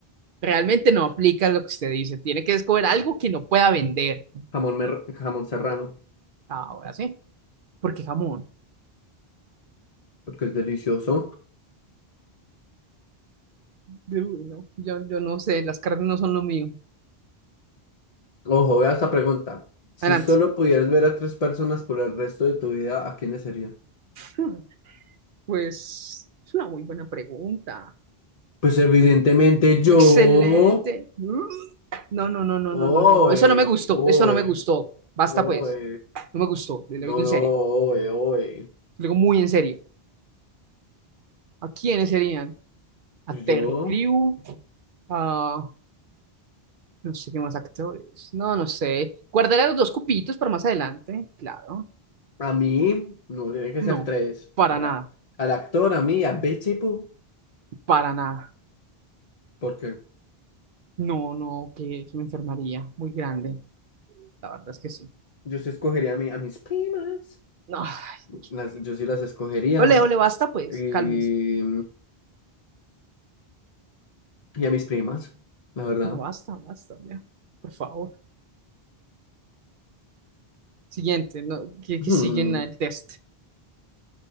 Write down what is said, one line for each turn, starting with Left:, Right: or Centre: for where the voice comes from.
Right: realmente no aplica lo que usted dice, tiene que descubrir algo que no pueda vender.
Left: Jamón, mer- jamón serrano,
Right: Ahora sí, porque jamón.
Left: porque es delicioso.
Right: Uy, no, yo, yo no sé, las carnes no son lo mío.
Left: Ojo, vea esta pregunta. Si
Right: Adelante.
Left: solo
Right: <laughs>
Left: pudieras ver a tres personas por el resto de tu vida, ¿a quiénes serían?
Right: Hmm, Pues es una muy buena pregunta.
Left: Pues evidentemente yo.
Right: Excelente. Mm. No, no, no, no,
Left: Oe,
Right: no, no, no, no. Eso no me gustó,
Left: oe,
Right: eso no me gustó. Basta
Left: oe.
Right: pues, no me gustó, le
Left: No,
Right: lo digo en
Left: no,
Right: serio,
Left: oe, oe.
Right: le digo muy en serio. ¿A quiénes serían?
Left: Pues
Right: a
Left: yo,
Right: Terry Crew, a no sé qué más actores. No, no sé. Guardaré a los dos cupitos para más adelante, claro.
Left: a mí, no, tiene que
Right: No,
Left: ser tres.
Right: para
Left: Vea,
Right: nada,
Left: al actor, a mí, a Betty Boo,
Right: para nada.
Left: porque
Right: No, no, que me enfermaría muy grande. La verdad es que sí.
Left: yo sí escogería a mí, a mis primas.
Right: No, ay, Dios
Left: Las,
Right: mío.
Left: yo sí las escogería.
Right: Ole, ole, basta pues,
Left: Y,
Right: cálmese.
Left: y a mis primas, la verdad.
Right: No, basta,
Left: <laughs>
Right: basta, ya. Por favor. Siguiente, no, que, que
Left: Hmm,
Right: siguen el test.